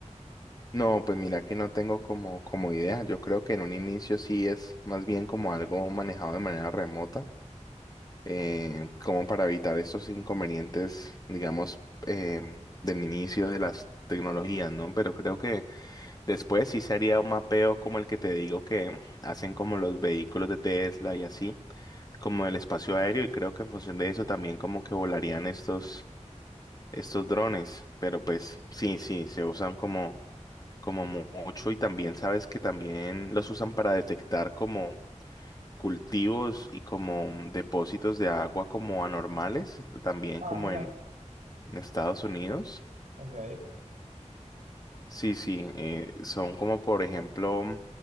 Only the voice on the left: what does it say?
No, pues mira que no tengo como, como idea. Yo creo que en un inicio sí es más bien como algo manejado de manera remota, eh, como para evitar estos inconvenientes, digamos, eh, del inicio de las tecnologías, ¿no? Pero creo que Después sí sería un mapeo como el que te digo que hacen como los vehículos de Tesla y así, como el espacio aéreo y creo que en función de eso también como que volarían estos estos drones, pero pues sí, sí, se usan como como mu- mucho y también sabes que también los usan para detectar como cultivos y como depósitos de agua como anormales, también
como
en en Estados Unidos.
Sí, sí, eh, son como por ejemplo